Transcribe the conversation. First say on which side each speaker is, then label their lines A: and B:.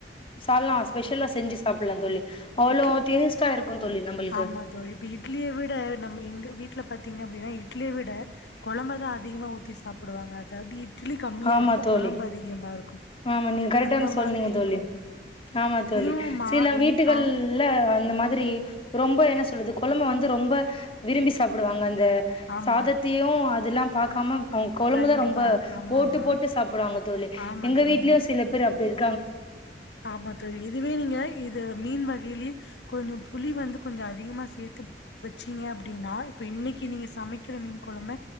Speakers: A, on the left; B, on the left.
A: சால்னா ஸ்பெஷலா செஞ்சு சாப்பிடலாந் தோழி அவ்ளோ
B: இட்லி
A: டேஸ்டா இருக்குந் தோழி நம்மளுக்கு
B: ஆமா தோழி இப்ப இட்லிய விட நம்ம எங்க வீட்ல பாத்தீங்க அப்டின்னா இட்லிய விட கொழம்பதா அதிகமா ஊத்தி சாப்பிடுவாங்க அதாவது இட்லி கம்மியா
A: ஆமா
B: இருக்கு
A: தோழி
B: கொழம்பு அதிகமா இருக்கு
A: ஆமா நீங்க கரெக்ட்டாங்
B: அந்த
A: சொன்னீங்க
B: மாதிரி இருக்கு
A: தோழி ஆமா தோழி
B: இதுவு மா
A: சில வீட்டுகள்ல
B: இ ஆ
A: அந்த மா திரி ரொம்ப என்ன சொல்றது கொழம்ப வந்து ரொம்ப விரும்பி சாப்பிடுவாங்க அந் த
B: ஆமா
A: சாதத்தையு அதில்லாம பாக்காம அவுங்க கொழம்புதா
B: கண்டிப்பா
A: ரொம்ப
B: ஆமா
A: போட்டு
B: ஆமா
A: போட்டு சாப்புடுவான்
B: ஆமா
A: எங்க
B: தோழி
A: வீட்லயு சில பேர் அப்டி இரு
B: ஆமா தோழி இதுவே நீங்க இது மீன் இளி கொஞ்சம் புளி வந்து கொஞ்சொ அதிகமா சேத்துப் வெச்சீங்க அப்டீனா இப்ப இன்னிக்கு நீங்க சமைக்கிற மீன் கொழம்ப